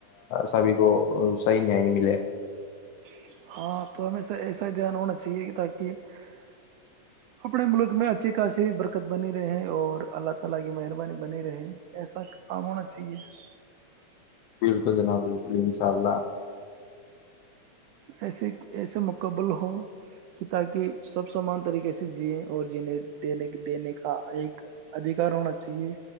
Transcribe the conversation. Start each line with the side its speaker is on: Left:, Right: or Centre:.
Left: سبھی کو صحیح ن ملے
Right: <unintelligible>
Left: بالکل جناب بالکل انشاء اللہ
Right: ایسے ایسے مکمل ہو کہ تاکہ سب سامان طریقے کسی جی اور جییں دینے دینے کا ایک ادھیکار ہونا چاہیے